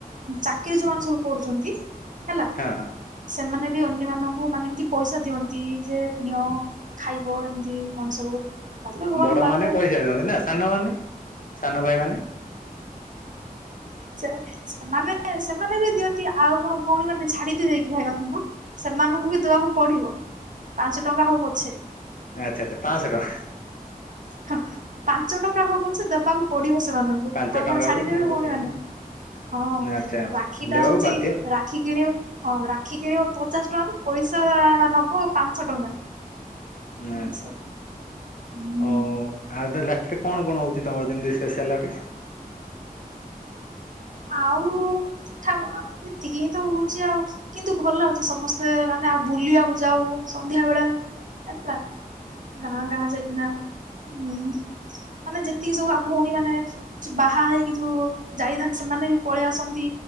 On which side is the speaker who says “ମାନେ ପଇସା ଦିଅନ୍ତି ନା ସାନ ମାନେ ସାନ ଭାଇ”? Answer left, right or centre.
Left